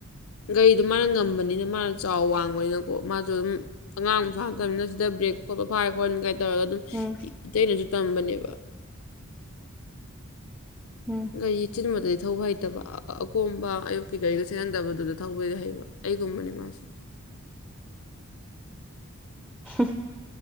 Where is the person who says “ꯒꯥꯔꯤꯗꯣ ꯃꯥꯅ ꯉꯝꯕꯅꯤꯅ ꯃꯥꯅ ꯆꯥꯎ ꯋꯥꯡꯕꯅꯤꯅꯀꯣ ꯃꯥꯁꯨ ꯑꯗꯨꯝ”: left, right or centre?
Left